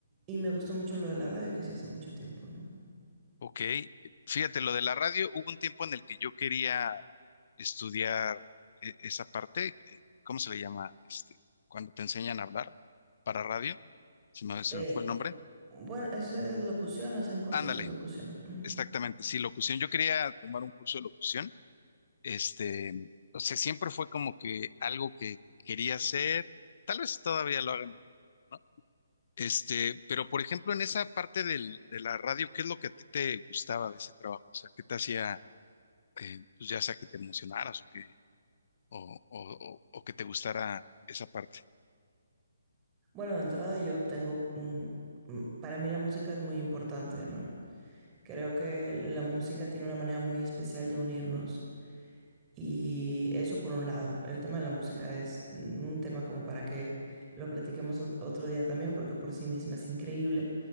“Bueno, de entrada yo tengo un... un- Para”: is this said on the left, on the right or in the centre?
Right